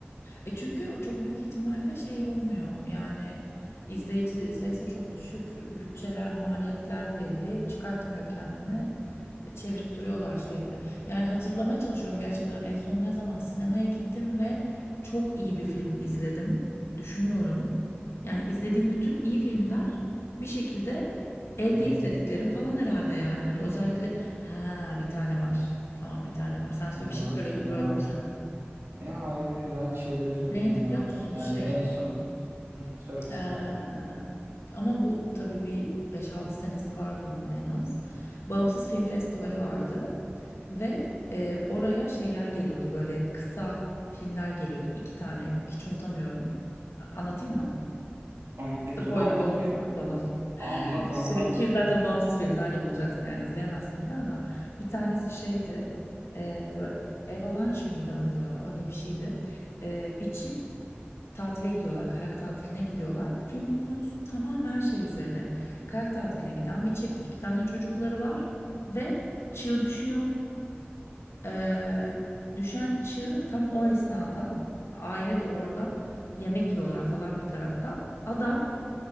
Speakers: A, on the left; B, on the right.
A: E çünkü çok büyük ihtimalle şey olmuyor. Yani izleyici sayısı çok düşük. Bütçeler, maliyetler belli. Çıkartmıyor kendini. çevirip duruyorlar sürekli. Yani hatırlamaya çalışıyorum gerçekten en son ne zaman sinemaya gittim ve çok iyi bir film izledim. Düşünüyorum. Yani izlediğim bütün iyi filmler bir şekilde evde
B: Benim
A: izlediklerim falan herhalde yani. Hani özellikle ha bir tane var. Tamam bir tane var. Sen söyle
B: ne
A: bir şey
B: var
A: söylüyordun
B: ne
A: böldüm
B: var?
A: seni.
B: Ya hayır hayır aynı şeyleri söyleyeceğim
A: Neydi
B: ben
A: biliyor musun?
B: de. Yani
A: Şey
B: en son Hı, söyle sen
A: Ee,
B: söyle.
A: ama bu tabii bir beş altı senesi var bunun en az. Bağımsız Film Festivali vardı ve e, oraya şeyler geliyordu böyle kısa filmler geliyordu. İki tane bak hiç unutamıyorum. Anlatayım mı?
B: An
A: Spoiler
B: e tabii anlat
A: olmasın
B: ya.
A: sana.
B: Anlat
A: <laughs>
B: anlat.
A: Şey, ki zaten bağımsız filmlerde bulacaksın yani izleyemezsin bir daha da. Bir tanesi şeydi e, böyle Avalanche mıydı adı ya öyle bir şeydi. E, bir çift tatile gidiyorlar kayak tatiline gidiyorlar. Filmin konusu tamamen şey üzerine kayak tatiline giden bir çift iki tane çocukları var ve çığ düşüyor. E, düşen çığ tam o esnada aile de orada yemek yiyorlar falan bir taraftan. Adam